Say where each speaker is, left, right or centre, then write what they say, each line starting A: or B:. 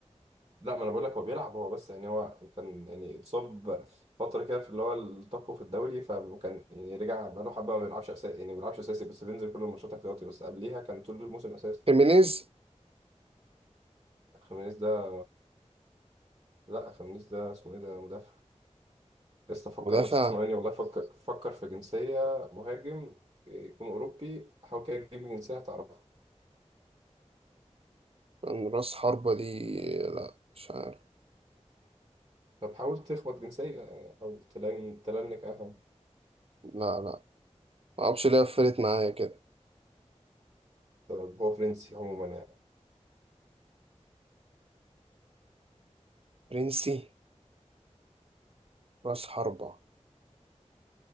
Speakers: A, on the right; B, on the right.
A: لا ما انا بقول لك هو بيلعب هو بس يعني هو كان يعني اتصاب فتره كده في اللي هو التقوى في الدوري فكان يعني رجع بقاله حبه ما بيلعبش اساسي يعني ما بيلعبش اساسي بس بينزل كل الماتشات احتياطي بس قبليها كان طول الموسم اساسي
B: خيمينيز
A: خيمينيز ده لا خيمينيز ده اسمه ايه ده مدافع لسه فكر
B: مدافع
A: بس اسمعني والله فكر فكر في جنسيه مهاجم يكون اوروبي حاول كده تجيب جنسيه هتعرفها
B: من راس حربة دي لا مش عارف
A: طب حاول تخبط جنسيه يعني حاول تلن- تلنك اهم
B: لا لا ما اعرفش ليه قفلت معايا كده
A: طب هو فرنسي عموما يعني.
B: برنسي راس حربة